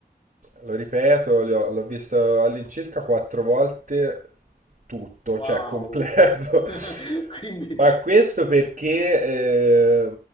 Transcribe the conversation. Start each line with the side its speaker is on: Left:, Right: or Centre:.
Right: lo ripeto, li ho- l'ho visto all'incirca quattro volte tutto,
Left: Wow!
Right: cioè completo.
Left: <laughs>
Right: <laughs>
Left: Quindi
Right: Ma questo perché, eh,